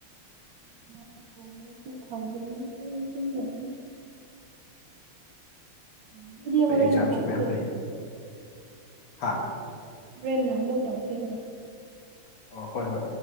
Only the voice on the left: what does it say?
ꯍꯣꯏ ꯑꯦꯛꯖꯥꯝꯁꯨ
ꯃꯌꯥꯝ ꯂꯩ ꯍꯥ
ꯑꯣ ꯍꯣꯏ ꯍꯣꯏ